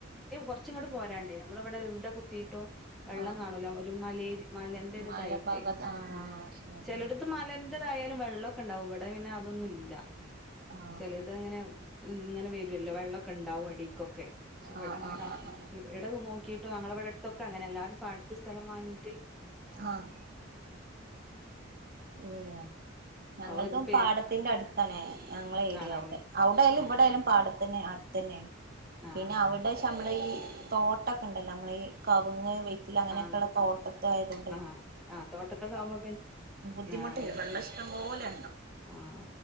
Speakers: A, in the centre; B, on the right.
A: കൊറച്ച് ഇങ്ങോട്ട് പോരാ ണ്ട് നമ്മള ഇവിടെ ഇവിടെ കുത്തിട്ടും വെള്ളം
B: ആ
A: കാണൂല
B: ആ
A: ഒരു മലെ മലൻ്റെ
B: മലഭാഗത്ത്
A: ഇതായിട്ടേ
B: ആ
A: ഉം
B: ആ ശരി
A: ചെലടത്ത് മലൻ്റെതായാലും വെൾ ള്ളൊക്കെണ്ടാവും ഇവ് ഇടെ പിന്നെ അതൊന്നും ഇല്ല
B: ആ
A: ചെലേത് അങ്ങനെവും ങ്ങനെ വെരൊല്ലോ വെള്ളൊക്കണ്ടാവും അടീക്കൊക്കേ ഇവടങ്ങനെ
B: ആ ആ
A: കാ
B: ആ
A: ഉം കി എട നോക്കീട്ട് ഞങ്ങളെ ഇവടെ അട്ത്തൊക്കങ്ങനെ എല്ലാരും പാട്ത്ത് സ്ഥലം വാങ്ങീട്ടെ
B: ആഹ് ഏഹ്
A: എടുക്കുക
B: ഞങ്ങള്തും പാടത്തിന്റെ അട്ത്താണെ ഞങ്ങളെ ഏരിയ
A: ആണല്ലേ
B: അവ്ടെ ഔടായാലും
A: ആഹ്
B: ഇവടായാലും പാട ത്തിന് അട്ത്തന്നെ
A: ആഹ്
B: പിന്നെ അവ്ടേച്ചാ അമ്മളെ ഈ തോട്ടൊക്കണ്ടല്ലോ അമ്മള ഈ കവ്ങ്ങ് വെ റ്റില അങ്ങനെയൊക്കള്ളെ
A: ആഹ് അങ്ങനെ
B: തോട്ടത്ത് ആയതോ
A: ആഹ് ആഹ് തോട്ടത്തൊക്കെ ആവുമ്പോ പിന്നെ
B: ബുദ്ധിമുട്ടില്ല
A: ആ അതന്നെ
B: വെള്ളം ഇഷ്ടം പോലെ ഉണ്ട്
A: ആഹ്